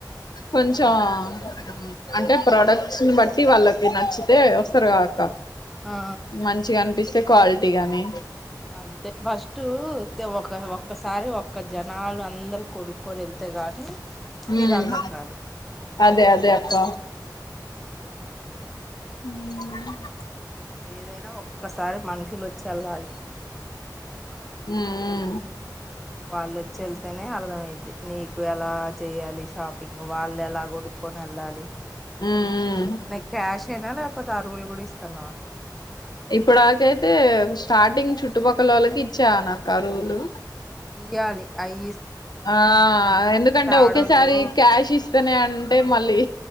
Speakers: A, on the left; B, in the centre.
A: కొంచం హ్ అంటే ప్రోడక్ట్స్ ని బట్టి వాళ్ళకి నచ్చితే వస్తారు గా అక్క
B: ఆ
A: మంచిగా అనిపిస్తే క్వాలిటీ గాని
B: అంతే ఫస్ట్ తే ఒక్కసారి ఒక్క జనాలు అందరు కొనుక్కొని వెళ్తే కానీ
A: మ్మ్
B: నీకు అర్థం కాదు
A: అదే అదే అక్క
B: ఆ
A: ఉ
B: ఏదైనా ఒక్కసారి మనుషులు వోచ్చి వెళ్ళాలి
A: మ్మ్
B: వాల్లోచ్చి ఏళ్తేనే అర్థమయిద్ది నీకు ఎలా చెయాలి. షాపింగ్ వాళ్ళు ఎలా కొనుక్కొని వఏ ఎళ్ళాలి
A: మ్మ్
B: నీ క్యాష్ షేనా లేకపోతే ఆరువులు కూడా ఇస్తున్నావా
A: ఇప్పుడాకైతే స్టార్టింగ్ చుట్టుపక్కలోళ్ళకి ఇచ్చా నక్కా రువులు
B: ఇయ్యాలి అయి
A: ఆ ఎందుకంటే
B: ఆడోళ్ళు
A: ఒకేసారి క్యాష్ ఇస్తేనే అంటే మళ్ళీ